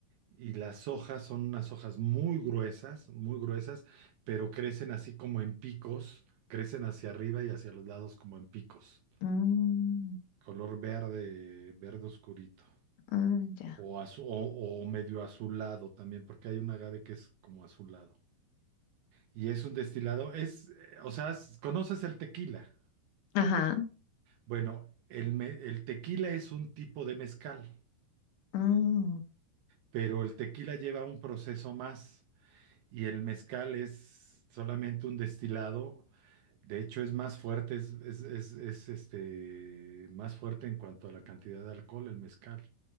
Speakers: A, on the right; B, on the left.
A: y las hojas son unas hojas muy gruesas, muy gruesas, pero crecen así como en picos, crecen hacia arriba y hacia los lados como en picos,
B: Mm,
A: color verde, verde oscurito.
B: ah, ya.
A: O, azu- o, o medio azulado también, porque hay un agave que es como azulado. Y es un destilado, es, eh, o sea, s- ¿conoces el tequila?
B: Ajá.
A: Bueno, el, me- el tequila es un tipo de mezcal,
B: Mm,
A: pero el tequila lleva un proceso más y el mezcal es solamente un destilado. De hecho, es más fuerte, es, es, es, es, este, más fuerte en cuanto a la cantidad de alcohol, el mezcal.